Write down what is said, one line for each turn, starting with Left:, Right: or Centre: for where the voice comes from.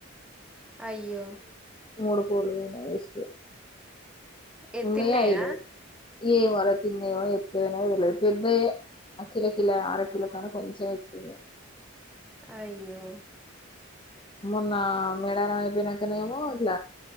Centre: అయ్యో
Left: మూడు కూర్లు ఓయినాయ్ వేస్ట్ గ
Centre: ఏ
Left: ఉన్నయే
Centre: తిన్నయా
Left: ఐదు ఏ వరల్ చిన్నెఓ ఎత్తుకు పొయ్ నాది లేదు పెద్దయ్యే కిల కిల అర కిలోకన్న కొంచం ఎక్కువే
Centre: అయ్యో
Left: మొన్న మెడారం అయ్పోయినాకనేమో ఇట్ల